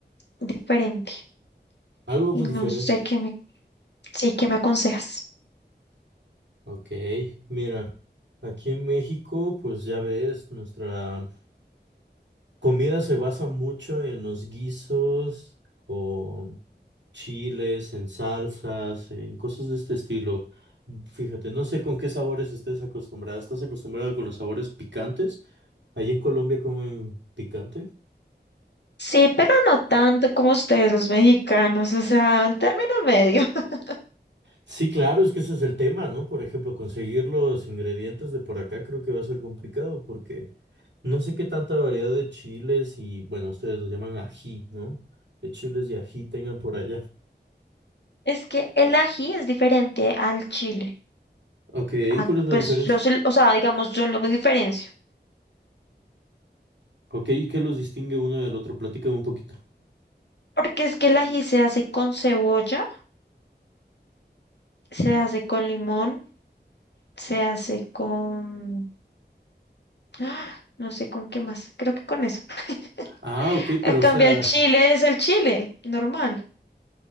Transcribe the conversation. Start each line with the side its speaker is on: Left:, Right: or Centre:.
Left: diferente
Right: Algo
Left: y
Right: pues,
Left: no
Right: diferente.
Left: sé qué me, sí, qué me aconsejas.
Right: Ok, mira, aquí en México, pues ya ves, nuestra comida se basa mucho en los guisos, con chiles, en salsas, en cosas de este estilo. Fíjate, no sé con qué sabores estés acostumbrada. ¿Estás acostumbrada con los sabores picantes? ¿Allí en Colombia comen picante?
Left: Sí, pero no tanto como ustedes los mexicanos, o sea, un término medio. <laughs>
Right: Sí, claro, es que ese es el tema, ¿no? Por ejemplo, conseguir los ingredientes de por acá creo que va a ser complicado porque no sé qué tanta variedad de chiles y, bueno, ustedes los llaman ají, ¿no? De chiles y ají tengan por allá.
Left: Es que el ají es diferente al chile.
Right: Ok, ¿y
Left: Ah,
Right: cuál es la
Left: pues
Right: diferencia?
Left: yo, sí- o sea, digamos, yo lo diferencio.
Right: Ok, ¿y qué los distingue uno del otro? Platícame un poquito.
Left: Porque es que el ají se hace con cebolla. Se hace con limón, se hace con... ¡Ah! No sé con qué más, creo que con eso. <laughs>
Right: Ah, ok,
Left: A
Right: pero
Left: cambio,
Right: o sea...
Left: el chile es el chile, normal.